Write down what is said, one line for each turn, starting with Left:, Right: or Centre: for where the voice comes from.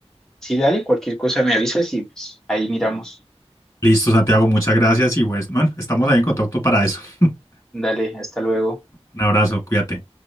Centre: Sí, dale, cualquier cosa me avisas y pues, ahí miramos.
Left: Listo, Santiago, muchas gracias y pues, bueno, estamos ahí en contacto para eso. <laughs>
Centre: Dale, hasta luego.
Left: Un abrazo, cuídate.